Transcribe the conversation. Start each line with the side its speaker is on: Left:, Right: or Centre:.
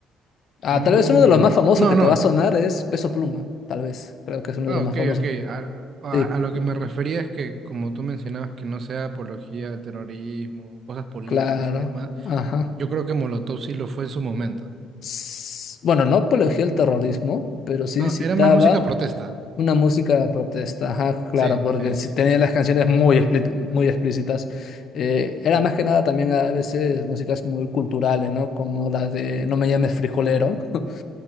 Left: Ah,
Right: Mm,
Left: tal vez uno de los más famosos
Right: no,
Left: que
Right: no.
Left: te va a sonar es Peso Pluma, tal vez. Creo que es uno
Right: Ah,
Left: de los
Right: ok,
Left: más famosos.
Right: ok. A, a-
Left: Sí,
Right: a lo que me refería es que, como tú mencionabas, que no sea apología al terrorismo, cosas políticas
Left: claro.
Right: y demás,
Left: Ajá.
Right: yo creo que Molotov sí lo fue en su momento.
Left: s- bueno, no apología al terrorismo, pero sí
Right: Ah,
Left: incitaba
Right: era más música protesta.
Left: una música de protesta. Ajá, claro,
Right: Sí,
Left: porque
Right: sí,
Left: si
Right: sí.
Left: tenía las
Right: sí.
Left: canciones muy, explí- muy explícitas. Eh, era más que nada también a veces músicas muy culturales, ¿no? Como la de No me llames frijolero. <laughs>